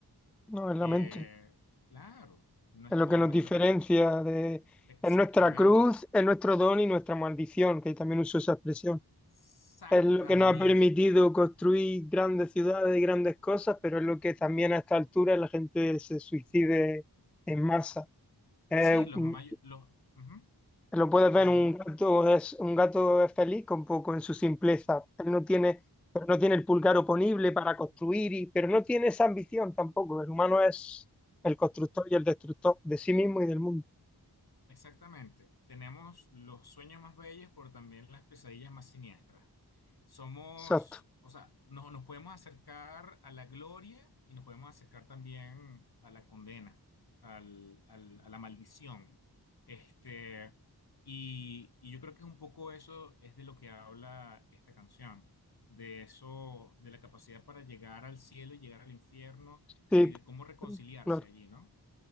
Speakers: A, in the centre; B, on the left (about 65°).
A: No, es la
B: Eh,
A: mente,
B: claro, nuestro,
A: es lo que nos
B: nuestra,
A: diferencia
B: per-
A: de...
B: exactamente,
A: Es nuestra cruz, es nuestro don y nuestra maldición, que también uso esa expresión.
B: exactamente.
A: Es lo que nos ha permitido construir grandes ciudades y grandes cosas, pero es lo que también a esta altura la gente se suicide en masa. Eh,
B: Sí, los
A: un-
B: mayores, los, ujú,
A: lo puedes ver,
B: lo-
A: un
B: lo-
A: gato es, un gato es feliz con poco en su simpleza. Él no tiene, pero no tiene el pulgar oponible para construir, y, pero no tiene esa ambición tampoco. El humano es el constructor y el destructor de sí mismo y del mundo.
B: Exactamente. Tenemos los sueños más bellos, pero también las pesadillas más siniestras. Somos,
A: Exacto.
B: o sea, no- nos podemos acercar a la gloria y nos podemos acercar también a la condena, al- al- a la maldición. Este, y, y yo creo que un poco eso es de lo que habla esta canción, de eso, de la capacidad para llegar al cielo y llegar al infierno
A: Sí,
B: y de cómo reconciliarse
A: lo
B: allí, ¿no?